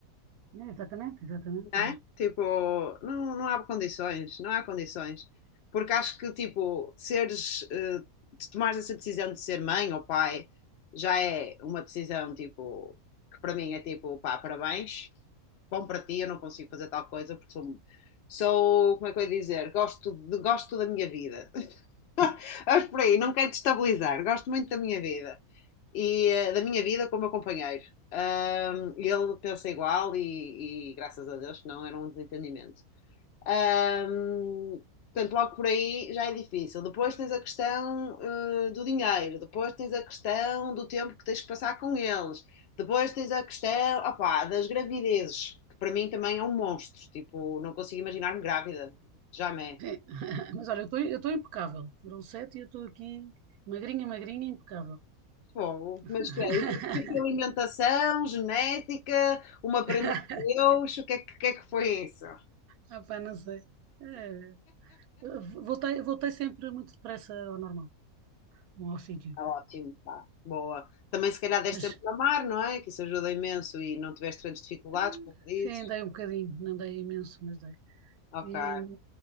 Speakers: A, on the right; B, on the left.
A: É, exatamente, exatamente.
B: né? Tipo, não, não há condições, não há condições. Porque acho que, tipo, seres, eh, se tomares essa decisão de ser mãe ou pai, já é uma decisão, tipo, que para mim é tipo, pá, parabéns, bom para ti, eu não consigo fazer tal coisa porque sou, sou, como é que eu ia dizer, gosto, de- gosto da minha vida. <laughs> Acho por aí, não quero destabilizar, gosto muito da minha vida e eh, da minha vida com o meu companheiro. Ahm, ele pensa igual e, e graças a Deus que não era um desentendimento. Ahm, portanto, logo por aí já é difícil. Depois tens a questão, eh, do dinheiro, depois tens a questão do tempo que tens que passar com eles, depois tens a questão, opá, das gravidezes, que para mim também é um monstro. Tipo, não consigo imaginar-me grávida, jamais.
A: É. <laughs> Mas olha, eu estou eu estou impecável. Foram sete e eu estou aqui magrinha, magrinha, impecável.
B: Fogo.
A: <laughs>
B: Mas que é? Exercício, alimentação, genética, uma
A: <laughs>
B: prenda de Deus, o que é que, o que é que foi isso?
A: Ah, pá, não sei. Eh, voltei, voltei sempre muito depressa ao normal, ao sítio.
B: Tá ótimo, tá. Boa. Também se calhar deste
A: Mas
B: sempre a mar, não é? Que isso ajuda imenso e não tiveste grandes dificuldades,
A: eh,
B: pelo que dizes.
A: sim, andei um bocadinho, não andei imenso, mas dei.
B: Ok.
A: E,